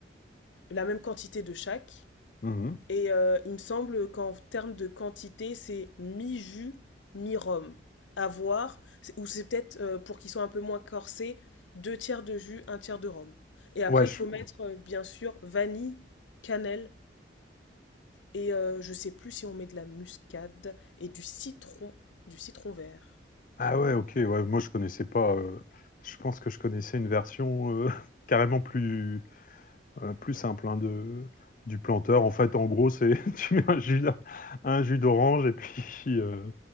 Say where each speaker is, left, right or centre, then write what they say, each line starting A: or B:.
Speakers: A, on the left; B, on the left.
A: La même quantité de chaque.
B: Mhm.
A: Et euh, il me semble qu'en termes de quantité, c'est mi-jus, mi-rhum. À voir, c'est- ou c'est peut-être euh, pour qu'ils soient un peu moins corsés, deux tiers de jus, un tiers de rhum. Et après,
B: ouais, je-
A: il faut Oui. mettre, euh, bien sûr, vanille, cannelle, et euh, je sais plus si on met de la muscade et du citron, du citron vert.
B: ah ouais, ok, ouais, moi je connaissais pas. euh, Je pense que je connaissais une version euh, <laughs> carrément plus euh, plus simple hein, de du planteur. En fait, en gros, c'est <laughs> tu mets un jus un jus d'orange et puis euh,